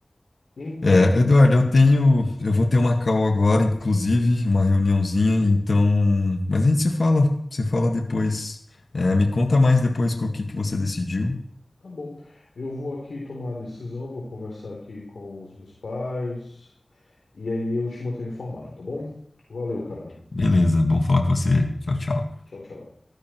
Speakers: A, on the left; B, on the left.
A: Então,
B: É, Eduardo, eu tenho, eu vou ter uma call agora, inclusive, uma reuniãozinha, então, mas a gente se fala, se fala depois. É, me conta mais depois com o que que você decidiu.
A: tá bom. Eu vou aqui tomar a decisão, vou conversar aqui com os meus pais e aí eu te mantenho informado, tá bom? Valeu, cara.
B: Beleza, bom falar com você. Tchau, tchau.
A: Tchau, tchau.